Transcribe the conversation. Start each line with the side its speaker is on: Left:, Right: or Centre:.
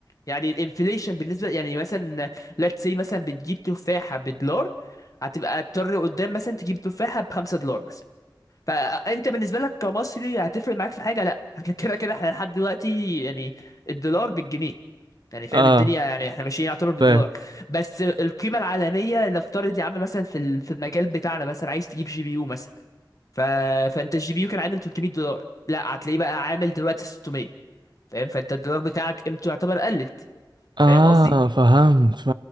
Left: يعني الانفليشن بالنسبة يعني مثلا let's say مثلا بتجيب تفاحة بدولار هتبقى تضطر قدام مثلا تجيب تفاحة بخمسة دولار مثلا فانت بالنسبة لك كمصري هتفرق معاك في حاجة لا <laughs> كده كده احنا لحد دلوقتي يعني الدولار بالجنيه يعني فاهم
Right: اه
Left: الدنيا يعني احنا ماشيين يعتبر بالدولار
Right: فاهم
Left: بس القيمة العالمية نفترض يا عم مثلا في ال- في المجال بتاعنا مثلا عايز تجيب جي بي يو مثلا ف... فانت الجي بي يو كان عامل 300 دولار لا هتلاقيه بقى عامل دلوقتي 600 فاهم فانت الدولار بتاعك قيمته يعتبر قلت فاهم
Right: اه
Left: قصدي
Right: فهمت ف-